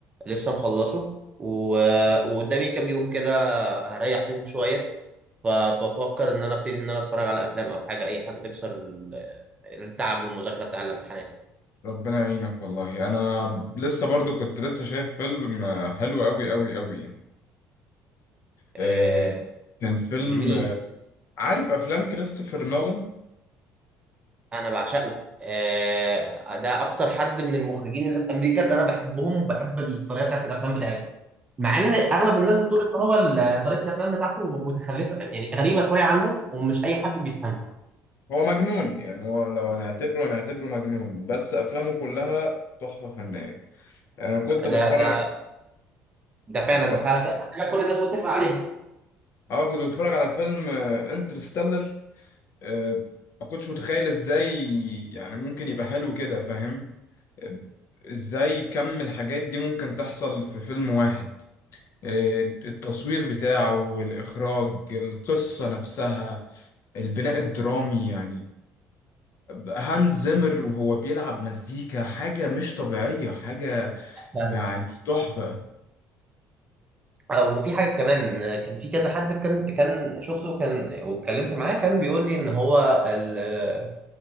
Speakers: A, on the right (about 25°); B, on the left (about 55°).
A: لسه مخلصه و- آه، وقدامي كام يوم كده هريح فيهم شويه فبفكر ان انا ابتدي ان انا اتفرج على افلام او حاجه اي حاجه تكسر ال- التعب والمذاكره بتاع الامتحانات
B: ربنا يعينك والله انا لسه برضو كنت لسه شايف فيلم آه، حلو قوي قوي قوي يعني
A: آه،
B: آه، كان فيلم
A: لمين
B: آه، عارف افلام كريستوفر نولان
A: انا بعشقه آه، ده اكتر حد من المخرجين اللي في امريكا اللي انا بحبهم وبحب الطريقه بتاعت الافلام بتاعتهم مع ان اغلب الناس بتقول ان هو ال- طريقه الافلام بتاعته متخلفه يعني غريبه شويه عنهم ومش اي حد بيفهمها
B: هو مجنون يعني هو لو هنعتبره هنعتبره مجنون بس افلامه كلها تحفة فنية انا كنت بتفرج
A: ده ده ده فعلا
B: كنت بتفرج
A: ده حاجه حاجة كل الناس متفقه عليها
B: اه كنت بتفرج على فيلم انترستيلر آه، ما كنتش متخيل ازاي يعني ممكن يبقى حلو كده فاهم آه، ازاي كم الحاجات دي ممكن تحصل في فيلم واحد آه، التصوير بتاعه والإخراج القصة نفسها البناء الدرامي يعني هانز زيمر وهو بيلعب مزيكا حاجة مش طبيعية حاجة
A: حتى
B: يعني تحفة
A: آه، وفي حاجة كمان آه، كان في كذا حد كان كان شفته كان واتكلمت معاه كان بيقول لي ان هو ال- آه،